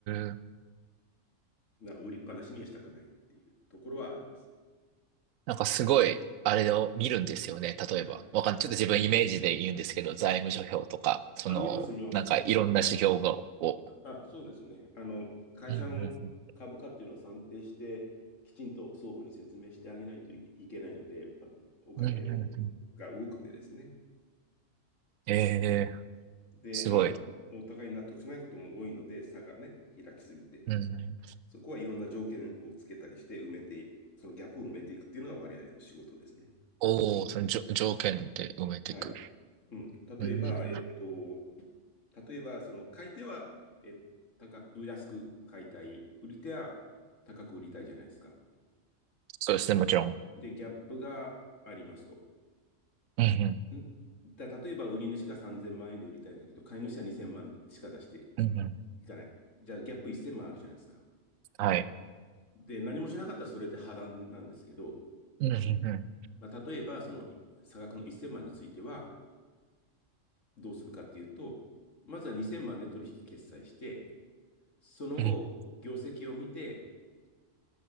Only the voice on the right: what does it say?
うーん。
なんかすごい、あれを見るんですよね。例えば、
わかん、
ちょっと自分イメージで言うんですけど、財務諸表とか、その、
なんかいろんな指標が、
を。
うんうんうん。
うんうんうんうん。
ええ
すごい。
うんうん。
おお、そのじょ条件で埋めてくる。
うん。
そうですね、もちろん。
うん
うん。うんうん。
はい。
うんうんう
ん。うん。